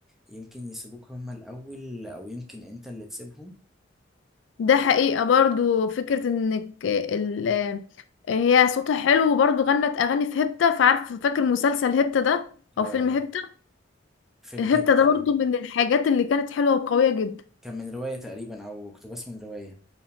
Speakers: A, in the centre; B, on the left.
A: يمكن يسيبوك هما الاول او يمكن انت اللي تسيبهم
B: ده حقيقه برضو فكره انك ال هي صوتها حلو وبرضو غنت اغاني في هيبتا فعارف فاكر مسلسل هيبتا ده
A: اه
B: او
A: اه
B: فيلم هيبتا
A: فيلم
B: هيبتا
A: هيبتا
B: ده برضو
A: أيوة.
B: من الحاجات اللي كانت حلوه وقويه جدا
A: كان من رواية تقريبا أو اقتباس من رواية